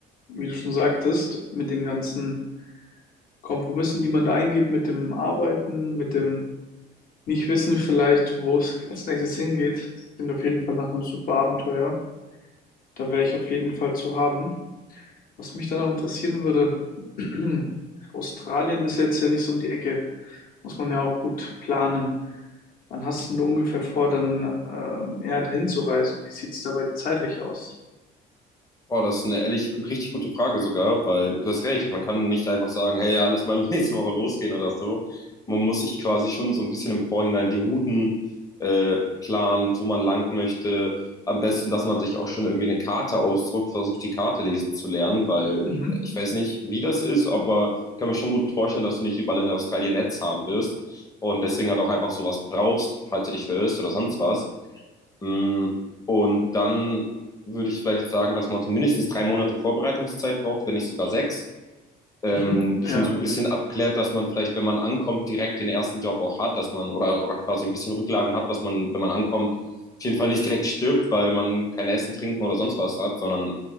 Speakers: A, on the left; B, on the left.
A: wie du schon sagtest, mit den ganzen Kompromissen, die man da eingeht, mit dem Arbeiten, mit dem Nicht-Wissen vielleicht, wo es als nächstes hingeht, das klingt auf jeden Fall nach einem super Abenteuer. Da wäre ich auf jeden Fall zu haben. Was mich dann auch interessieren würde, <clears throat> Australien ist jetzt ja nicht so um die Ecke. Muss man ja auch gut planen. Wann hast denn du ungefähr vor, dann ähm, ja, dahin zu reisen? Wie sieht's dabei zeitlich aus?
B: Oh, das ist eine ehrlich richtig gute Frage sogar, weil du hast recht, man kann nicht einfach sagen, hey, ja, lass mal <laughs> nächste Woche losgehen oder so. Man muss sich quasi schon so ein bisschen im Vorhinein die Routen äh, planen, wo man lang möchte. Am besten, dass man sich auch schon irgendwie eine Karte ausdruckt, versucht die Karte lesen zu lernen, weil
A: Mhm.
B: äh, ich weiß nicht, wie das ist, aber ich kann mir schon gut vorstellen, dass du nicht überall in Australien Netz haben wirst und deswegen halt auch einfach sowas brauchst, falls du dich verirrst oder sonst was. Mm, Und dann würde ich vielleicht sagen, dass man so mindestens drei Monate Vorbereitungszeit braucht, wenn nicht sogar sechs ähm,
A: Mhm. Ja,
B: schon so ein bisschen abklärt, dass man vielleicht, wenn man ankommt, direkt den ersten Job auch hat, dass man oder, oder quasi ein bisschen Rücklagen hat, dass man, wenn man ankommt, auf jeden Fall nicht direkt stirbt, weil man kein Essen, Trinken oder sonst was hat, sondern